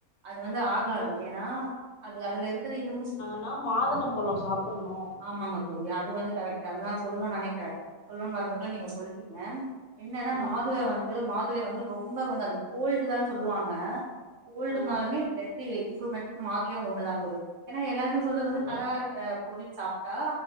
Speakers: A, on the right; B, on the left.
A: அது வந்து ஆகாது
B: மு
A: ஏன்னா அது அதுல இருக்குற இரும்புசத்
B: ன்னா மாதுளம்பழோ சாப்புண்ணோ
A: ஆமாங்க தோழி அது வந்து கரெக்ட்டா அதுதா நா சொல்னு நெனைக்கிற சொல்னுன் வர்றதுக்குள்ள நீங்க சொல்ட்டீங்க என்னென்னா
B: ஆ
A: மாதுள வந்து மா துளை வந்து ரொம்ப வந்து அது கோல்டுதான் சொல்லுவாங்க கோல்ட்
B: ஆ
A: இர்ந்தாலுமே ப்ளெட்டு இம்ப்ரூமெண்ட்க்கு மாதுளையு ஒன்னுதா தோழி ஏன்னா எல்லாருமே சொல்றது வந்து
B: ஓ
A: கலரா இருக்கற பொருள் சாப்ட்டா